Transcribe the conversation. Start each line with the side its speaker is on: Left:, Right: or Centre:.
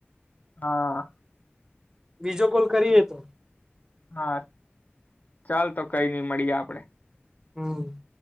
Left: હા
Right: બીજો કોલ કરીએ તો
Left: હા ચાલ તો કઈ નઈ મળીએ આપડે
Right: હમ